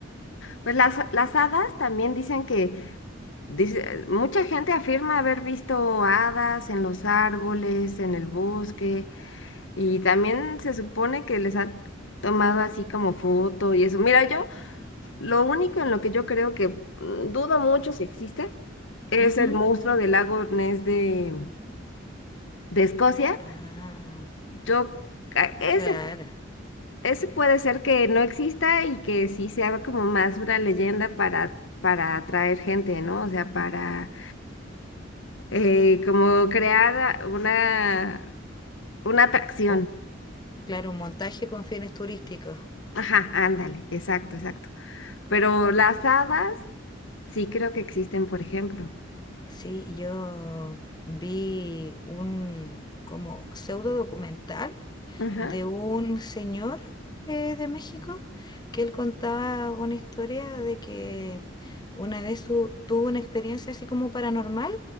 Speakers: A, on the left; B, on the left.
A: pues las, las hadas también dicen que dice- mucha gente afirma haber visto hadas en los árboles, en el bosque, y también se supone que les han tomado así como foto y eso. Mira, yo lo único en lo que yo creo que mm, dudo mucho si existe es
B: Ujú.
A: el monstruo del lago Ness de, de Escocia.
B: Ah,
A: Yo, a- ese
B: claro.
A: Ese puede ser que no exista y que sí sea como más una leyenda para, para atraer gente, ¿no? O sea, para eh, como crear una, una atracción.
B: Oh, claro, un montaje con fines turísticos.
A: Ajá, ándale, exacto, exacto. Pero las hadas sí creo que existen, por ejemplo.
B: Sí, yo vi un como pseudo documental
A: Ajá,
B: de un señor eh, de México que él contaba una historia de que una vez su- tuvo una experiencia así como paranormal